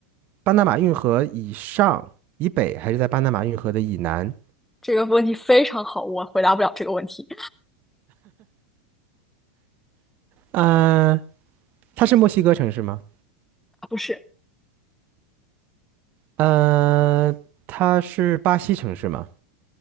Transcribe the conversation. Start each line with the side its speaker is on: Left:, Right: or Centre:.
Right: 巴拿马运河以上、以北，还是在巴拿马运河的以南？
Centre: 这个问题非常好，我回答不了这个问题，
Right: 嗯、它是墨西哥城市吗？
Centre: 不是，
Right: 嗯、它是巴西城市吗？